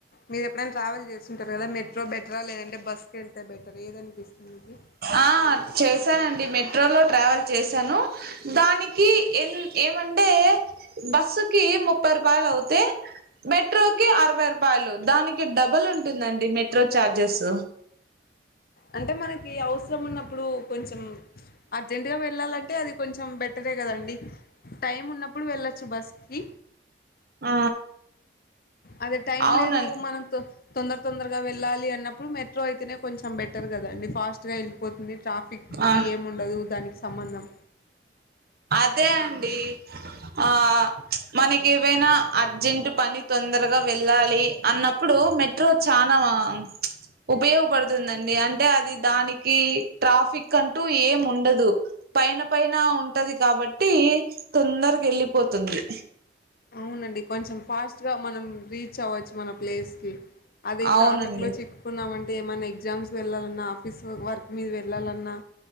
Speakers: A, on the left; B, on the right.
A: మీరు ఎప్పుడైనా ట్రావెల్ చేస్తుంటారు కదా మెట్రో బెటరా లేదంటే బస్ కి వెళ్తే బెటర్ ఏది అనిపిస్తుంది మీకు
B: ఆ చేశానండి మెట్రోలో ట్రావెల్ చేశాను దానికి ఏం ఏమంటే బస్సుకి ముప్పై రూపాయలు అవుతే మెట్రోకి అరవై రూపాయలు దానికి డబుల్ ఉంటుందండి మెట్రో చార్జెస్
A: అంటే మనకి అవసరం ఉన్నప్పుడు కొంచెం అర్జెంట్ గా వెళ్ళాలంటే అది కొంచెం బెటరే కదండి టైం ఉన్నప్పుడు వెళ్ళొచ్చు బస్ కి
B: ఆ
A: అదే టైం
B: అవునం
A: లేదు మనం తొందర తొందరగా వెళ్ళాలి అన్నప్పుడు మెట్రో అయితేనే కొంచెం బెటర్ కదండి ఫాస్ట్ వెళ్ళిపోతుంది ట్రాఫిక్
B: ఆ
A: కి ఏమి ఉండదు దానికి సంబంధం
B: అదే అండి ఆ మనకి ఏవైనా అర్జెంట్ పని తొందరగా వెళ్ళాలి అన్న ప్పుడు మెట్రో చానా మా ఉపయోగపడుతుందండి అంటే అది దానికి ట్రాఫిక్ అంటూ ఏం ఉండదు పైన పైన ఉంటది కాబట్టి తొందరగా వెళ్ళిపోతుంది
A: అవునండి కొంచెం ఫాస్ట్ గా మనం రీచ్ అవ్వచ్చు మన ప్లేస్ కి అది
B: అవునండి
A: ట్రాఫిక్ లో చిక్ కున్నామంటే ఏమైన్నా ఎగ్జామ్స్ వెళ్ళాలన్నా ఆఫీస్ వర్క్ మీద వెళ్ళాలన్నా